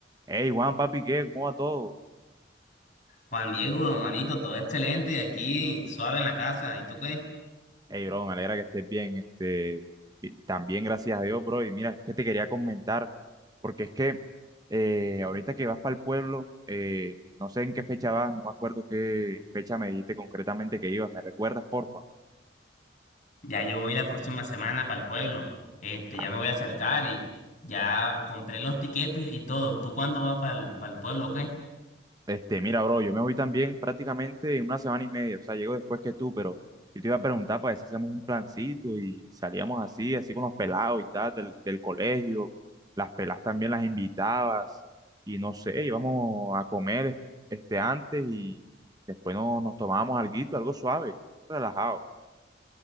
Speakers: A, on the right (about 20°); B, on the left (about 40°).
A: Hey, Juan, papi, ¿qué? ¿Cómo va todo?
B: Juan Diego, manito, todo excelente y aquí suave en la casa. ¿Y tú qué?
A: Hey, bro, me alegra que estés bien. Este, y también gracias a Dios, bro. Y mira, es que te quería comentar, porque es que eh, ahorita que vas para el pueblo, eh, no sé en qué fecha vas, no me acuerdo qué fecha me dijiste concretamente que ibas. ¿Me recuerdas, porfa?
B: Ya yo voy la próxima semana para el pueblo. Este,
A: Ah,
B: ya me voy a acercar y ya compré los tiquetes y todo. ¿Tú cuándo vas para el, pueblo o qué?
A: Este, mira, bro, yo me voy también prácticamente en una semana y media, o sea, llego después que tú, pero yo te iba a preguntar para ver si hacíamos un plancito y salíamos así, así con los pelados y tal, del, del colegio, las pelas también las invitabas y no sé, íbamos a comer des- este antes y después no- nos tomábamos alguito, algo suave, relajado.